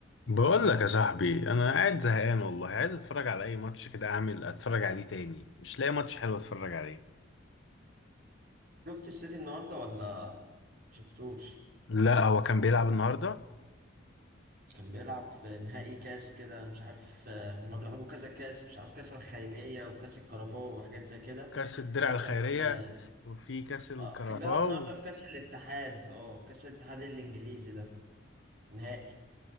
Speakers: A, on the left; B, on the right.
A: بقول لك يا صاحبي انا قاعد زهقان والله عايز اتفرج على اي ماتش كده اعمل اتفرج عليه تاني مش لاقي ماتش حلو اتفرج عليه
B: شفت السيتي النهارده ولا شفتوش
A: لا هو كان بيلعب النهارده
B: كان بيلعب في نهائي كاس كده مش عارف آه، هما بيلعبوا كذا كاس مش عارف كاس الخيرية وكاس الكاراباو وحاجات زي كده
A: كاس الدرع
B: فهو
A: الخيريه
B: كان آه
A: وفي كاس الكاراباو
B: آه، كان بيلعب النهارده في كاس الاتحاد اه كاس الاتحاد الانجليزي ده نهائي